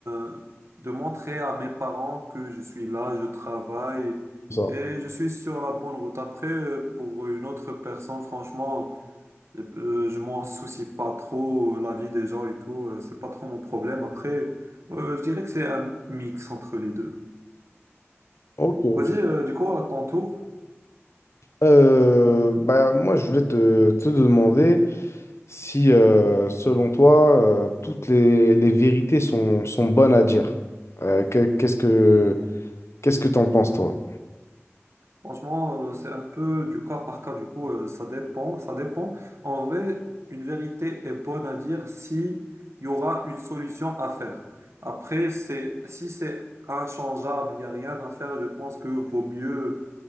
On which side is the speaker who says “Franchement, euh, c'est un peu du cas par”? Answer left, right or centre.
Right